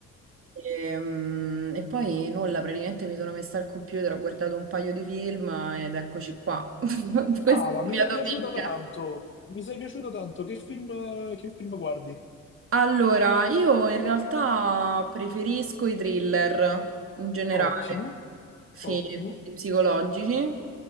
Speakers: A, on the right; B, on the left.
A: e, mm, e poi nulla, praticamente mi sono messa al computer, ho guardato un paio di film ed eccoci qua. <laughs> Questa
B: Ah,
A: è
B: ma
A: la
B: mi
A: mia
B: sei
A: domenica.
B: piaciuta tanto. Mi sei piaciuta tanto. Che film, che film guardi?
A: Allora, io in realtà preferisco i thriller in generale,
B: Ottimo,
A: sì,
B: ottimo.
A: quelli psicologici.